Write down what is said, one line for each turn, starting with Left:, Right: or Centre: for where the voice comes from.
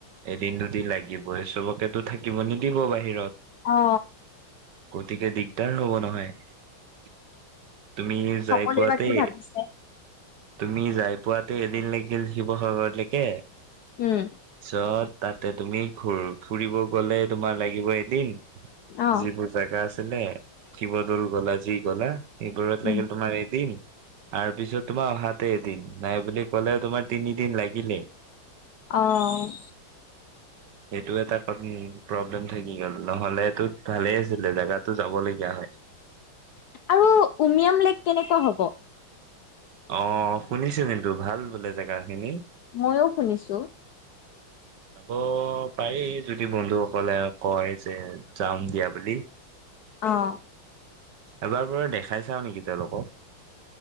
Right: দু দিন লাগিবই চবকেতো থাকিব নিদিব বাহিৰত।
Left: অ
Right: গতিকে দিগদাৰ হব নহয়। তুমি
Left: সকলোৱে
Right: যাই পোৱাতে
Left: বা কি ভাবিছে
Right: তুমি যাই পোৱাতে এদিন লাগিল শিৱসাগৰলৈকে।
Left: উম।
Right: ত তাতে তুমি ঘূৰি ফুৰিব গলে তোমাৰ লাগিব এদিন।
Left: অ
Right: যিবোৰ জাগা আছে। শিৱদৌল গ'লা যি গ'লা। এইবোৰত
Left: উম
Right: লাগিল তোমাৰ এদিন। তাৰ পিছত তোমাৰ অহাতে এদিন নাই বুলি কলে তোমাৰ তিনিদিন লাগিলেই।
Left: অ'।
Right: সেইটো এটা প্ৰব্লেম থাকি গ'ল নহলেতটো ভালেই আছিলে জেগাটো যাব লগীয়া হয়।
Left: আৰু উমিয়াম লেক কেনেকুৱা হ'ব?
Right: অ' শুনিছো কিন্তু ভাল বোলে জেগা খিনি।
Left: ময়ো শুনিছো।
Right: যাব পাৰি যদি বন্ধুসকলে কয় যে যাম দিয়া বুলি।
Left: অ',
Right: এবাৰ বাৰু দেখাই চাও নেকি তেওঁলোকক?